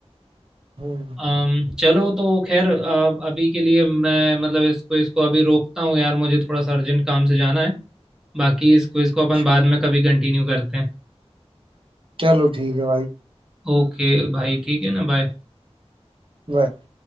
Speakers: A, on the right; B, in the centre.
A: हम्म
B: अम, चलो तो खैर अ, अभी के लिए मैं मतलब इसको इसको अभी रोकता हूँ यार मुझे थोड़ा सा अर्जेंट काम से जाना है बाकी इस क्विज
A: अच्छा
B: को अपन बाद में कभी कंटिन्यू करते हैं
A: चलो ठीक है भाई
B: ओके भाई ठीक है ना बाय
A: बाय